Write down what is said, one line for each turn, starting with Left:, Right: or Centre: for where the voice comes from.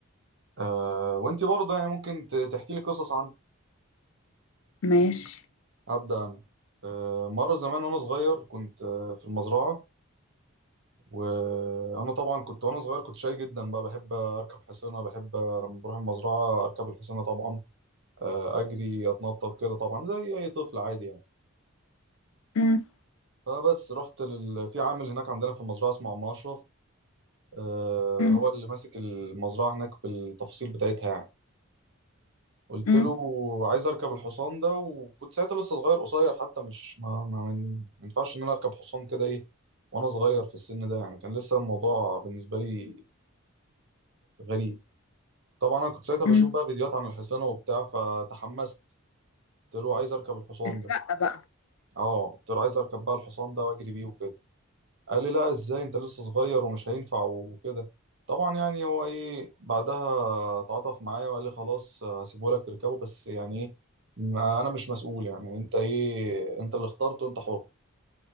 Right: آه وانت برضه يعني ممكن ت- تحكي لي قصص عنها
Left: ماشي
Right: هبدا انا آه مره زمان وانا صغير كنت آه، في المزرعه وانا طبعا كنت وانا صغير كنت شاي جدا بقى بحب اركب حصانه بحب لما بروح المزرعه اركب الحصانه طبعا آه اجري اتنطط كده طبعا زي اي طفل عادي يعني
Left: أم،
Right: فبس رحت لل... في عامل هناك عندنا في المزرعة اسمه عم أشرف آه
Left: أم،
Right: هو اللي ماسك المزرعة هناك بالتفاصيل بتاعتها يعني قلت
Left: أم،
Right: له عايز أركب الحصان ده وكنت ساعتها لسه صغير قصير حتى مش ما, ما, ما ما ينفعش إن أنا أركب حصان كده إيه وأنا صغير في السن ده يعني كان لسه الموضوع بالنسبة لي غريب طبعا أنا كنت ساعتها بشوف
Left: أم.
Right: بقى فيديوهات عن الحصانة وبتاع فتحمست قلت له عايز أركب الحصان
Left: السقة
Right: ده
Left: بقى
Right: أه قلت له عايز أركب بقى الحصان ده وأجري بيه وكده قال لي لا ازاي انت لسه صغير ومش هينفع وكده طبعا يعني هو ايه بعدها تعاطف معايا وقال لي خلاص هسيبه لك تركبه بس يعني ايه ما- انا مش مسؤول يعني انت ايه انت اللي اخترته انت حر